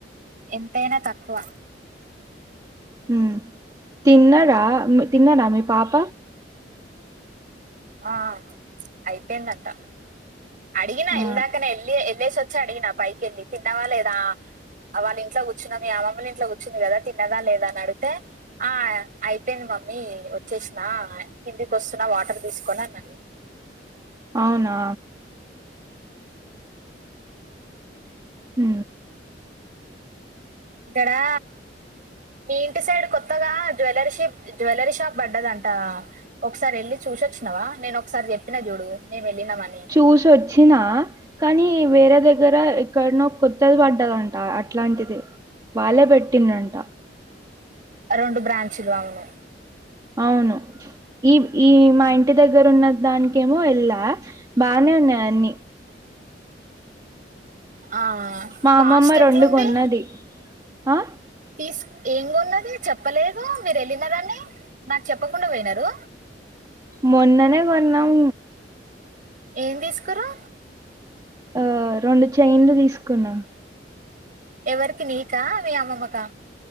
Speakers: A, on the right; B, on the right.
A: ఎంతైనా తక్కువ
B: ఉ తిన్నరా తిన్నాదా మీ పాప
A: ఆ అయిపోయిందంట అడిగినా
B: ఆ
A: ఇందాకనే వెళ్లి వెళ్ళేసి వచ్చి అడిగినా పైకి వెళ్ళి తిన్నవా లేదా వాళ్ళ ఇంట్లో కూర్చున్న మీ అమ్మల్ని ఇంట్లో కూచుంది కదా తిన్నదా లేదా అడితే ఆ అయిపోయింది మమ్మీ వచ్చేసిన కిందికి వస్తున్నా వాటర్ తీసుకుని అన్నది
B: అవునా ఉ
A: ఇక్కడా మీ ఇంటి సైడ్ కొత్తగా జ్యవెల్లరీ షెప్ జ్యవల్లరీ షాప్ పడ్డదంట ఒకసారి వెళ్ళి చూసొచ్చినవా నేన ఒకసారి చెప్పిన చూడు మేము వెళ్ళినామని
B: చూసి వొచ్చినా కానీ వేరే దగ్గర ఎక్కడనో కొత్తది పడ్డదంట అట్లాంటిది వాళ్లే పెట్టిడట్ర
A: రెండు బ్రాంచులు అవును
B: అవును ఈ ఈ మా ఇంటి దగ్గర ఉన్న దానికేమో వెళ్ళా బానే ఉన్నది అన్ని
A: ఆ
B: మా
A: కాస్ట్
B: అమ్మమ్మ
A: ఎట్లుంది
B: రెండు కొన్నది ఆ
A: తీస్ ఏం కొన్నది చెప్పలేదు మీరు వెళ్ళినారని నాకు చెప్పకుండా పోయినారు
B: మొన్ననే కొన్నాం
A: ఏం తీసుకుర్రు
B: ఆ రెండు చైన్లు తీసుకున్న
A: ఎవరికి నీకా మీ అమ్మమ్మకా